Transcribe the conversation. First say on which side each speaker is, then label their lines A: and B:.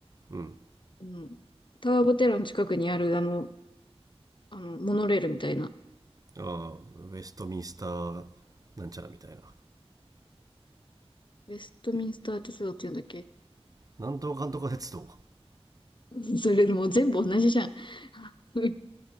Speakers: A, on the right; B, on the left.
A: うん
B: うん。タワー・オブ・テラーの近くにある、あの、あの、モノレールみたいな。
A: ああウェストミンスターなんちゃらみたいな
B: ウェストミンスター鉄道っていうんだっけ
A: なんとかかんとか鉄道。
B: <laughs> それもう全部同じじゃん。<laughs>